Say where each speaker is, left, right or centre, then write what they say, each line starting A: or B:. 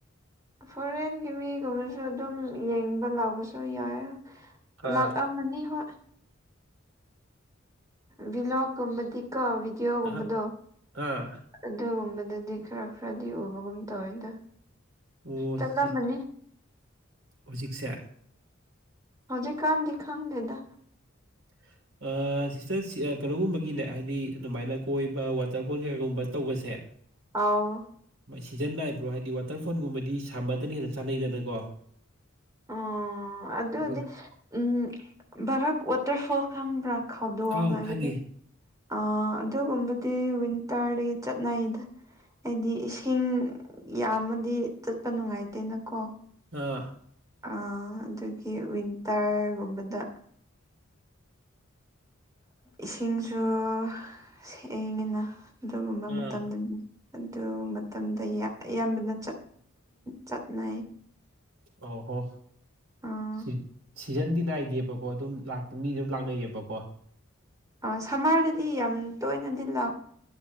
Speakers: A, on the right; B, on the right.
A: ꯐꯣꯔꯦꯟꯒꯤ ꯃꯤꯒꯨꯝꯕꯁꯨ ꯑꯗꯨꯝ ꯌꯦꯡꯕ ꯂꯥꯛꯕꯁꯨ ꯌꯥꯎꯏ
B: ꯑꯥ
A: ꯂꯥꯛ ꯃꯅꯤ ꯍꯣꯏ ꯕꯤꯂꯣꯛ ꯀꯨꯝꯕꯗꯤꯀꯣ ꯗꯤꯗꯤꯑꯣꯒꯨꯝꯕꯗꯣ
B: ꯑꯥ ꯑꯥ
A: ꯑꯗꯨꯒꯨꯝꯕꯗꯨꯗꯤ ꯈꯔ ꯈꯔꯗꯤ ꯎꯕꯒꯨꯝ ꯇꯧꯋꯦꯗ
B: ꯑꯣ
A: ꯆꯠꯂꯝꯃꯅꯤ
B: ꯁꯤ ꯍꯧꯖꯤꯛꯁꯦ
A: ꯍꯧꯖꯤꯛ ꯀꯥꯟꯗꯤ ꯈꯪꯗꯦꯗ
B: <unintelligible> ꯑ ꯁꯤꯁꯇꯔ ꯀꯩꯅꯣꯒꯨꯝꯕꯒꯤꯅꯦ ꯍꯥꯏꯗꯤ ꯑꯗꯨꯃꯥꯏꯅ ꯀꯣꯏꯕ ꯋꯥꯇꯔꯐꯣꯜ ꯀꯩꯒꯨꯝꯕ ꯇꯧꯕꯁꯦ
A: ꯑꯥꯎ
B: ꯁꯤꯖꯟ ꯅꯥꯏꯕ꯭ꯔꯣ ꯍꯥꯏꯗꯤ ꯋꯥꯇꯔꯐꯣꯟꯜꯒꯨꯝꯕꯗꯤ ꯁꯝꯃꯔꯗꯅ ꯍꯦꯟꯅ ꯆꯥꯅꯩꯗꯅꯀꯣ
A: ꯑꯣ ꯑꯗꯨꯗꯤ
B: ꯑꯗꯨ
A: ꯎꯝ ꯚꯔꯥꯛ ꯋꯥꯇꯔꯐꯣꯜ ꯈꯪꯕ꯭ꯔꯥ ꯈꯧꯗꯣꯡ
B: ꯑꯥꯎ
A: ꯍꯥꯏꯕꯗꯣ
B: ꯈꯪꯉꯦ
A: ꯑ ꯑꯗꯨꯒꯨꯝꯕꯗꯤ ꯋꯤꯟꯇꯔꯗꯒꯤ ꯆꯠꯅꯩꯗ ꯍꯥꯏꯗꯤ ꯏꯁꯤꯡ ꯌꯥꯝꯃꯗꯤ ꯆꯠꯄ ꯅꯨꯡꯉꯥꯏꯇ‌ꯦꯅꯀꯣ
B: ꯑꯥ
A: ꯑ ꯑꯗꯨꯒꯤ ꯋꯤꯟꯇꯔꯒꯨꯝꯕꯗ ꯏꯁꯤꯡꯁꯨ ꯁꯦꯡꯏꯉꯤꯅ ꯑꯗꯨꯒꯨꯝꯕ
B: ꯑꯥ
A: ꯃꯇꯝꯗꯗꯤ ꯑꯗꯨ ꯃꯇꯝꯗ ꯑꯌꯥꯝ ꯑꯌꯥꯝꯕꯅ ꯆꯠꯅꯩ
B: ꯑꯣ ꯍꯣ
A: ꯑꯥ
B: <unintelligible> ꯁꯤꯖꯟꯗꯤ ꯅꯥꯏꯗꯦꯕꯀꯣ ꯑꯗꯨꯝ ꯃꯤ ꯑꯗꯨꯝ ꯂꯥꯛꯅꯩꯌꯦꯕꯀꯣ
A: ꯑ ꯁꯝꯃꯔꯗꯗꯤ ꯌꯥꯝ ꯇꯣꯏꯅꯗꯤ ꯂ